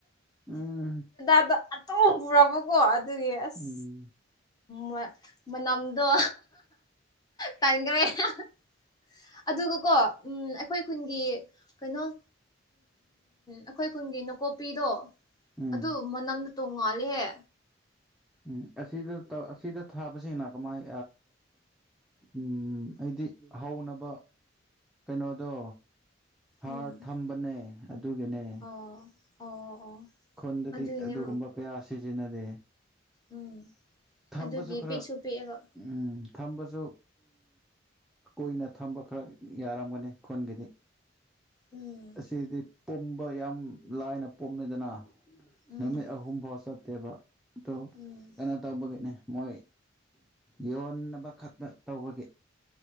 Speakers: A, in the centre; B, on the left.
A: ꯎꯝ
B: ꯑꯗ ꯑꯗꯨꯝ ꯄꯨꯔꯛꯄꯀꯣ ꯑꯗꯨꯒꯤ ꯑꯁ
A: ꯎꯝ
B: ꯃ ꯃꯅꯥꯝꯗꯣ ꯇꯥꯟꯒꯔꯦ ꯍꯍ ꯑꯗꯨꯒ ꯀꯣ ꯎꯝ ꯑꯩꯈꯣꯏ ꯈꯨꯟꯒꯤ ꯀꯩꯅꯣ ꯑꯝ ꯑꯩꯈꯣꯏ ꯈꯨꯟꯒꯤ ꯅꯀꯣꯞꯄꯤꯗꯣ
A: ꯎꯝ
B: ꯑꯗꯨ ꯃꯅꯝ ꯇꯣꯡꯉꯂꯦ ꯍꯦ
A: ꯎꯝ ꯑꯁꯤꯗ ꯑꯁꯤꯗ ꯊꯥꯕꯁꯤꯡꯅ ꯀꯃꯥꯏ ꯎꯝ ꯗꯤ ꯍꯧꯅꯕ ꯀꯩꯅꯣꯗꯣ
B: ꯎꯝ
A: ꯍꯥꯔ ꯊꯝꯕꯅꯦ ꯑꯗꯨꯒꯤꯅꯦ
B: ꯑꯣ ꯑꯣ ꯑꯣ
A: ꯈꯨꯟꯗꯗꯤ
B: ꯑꯗꯨꯒꯤꯅꯦ
A: ꯑꯗꯨꯒꯨꯝꯕ ꯀꯌꯥ ꯁꯤꯖꯤꯟꯅꯗꯦ
B: ꯎꯝ
A: ꯊꯥꯁꯨ
B: ꯑꯗꯨꯒꯤ
A: ꯈꯔ
B: ꯄꯤꯛꯁꯨ ꯄꯤꯛꯑꯦꯕ
A: ꯎꯝ ꯊꯝꯕꯁꯨ ꯀꯨꯏꯅ ꯊꯝꯕ ꯈꯔ ꯌꯥꯔꯝꯒꯅꯤ ꯈꯨꯟꯒꯤꯗꯤ
B: ꯎꯝ
A: ꯑꯁꯤꯗꯤ ꯄꯨꯝꯕ ꯌꯥꯝ ꯂꯥꯏꯅ ꯄꯨꯝꯃꯦꯗꯅ
B: ꯎꯝ
A: ꯅꯨꯃꯤꯠ ꯑꯍꯨꯝ ꯐꯥꯎ ꯆ ꯅꯠꯇꯦꯕ ꯑꯣ
B: ꯎꯝ
A: ꯀꯩꯅꯣ ꯇꯧꯕꯒꯤꯅꯦ ꯃꯣꯏ ꯌꯣꯟꯅꯕ ꯈꯛꯇ ꯇꯧꯕꯒꯤ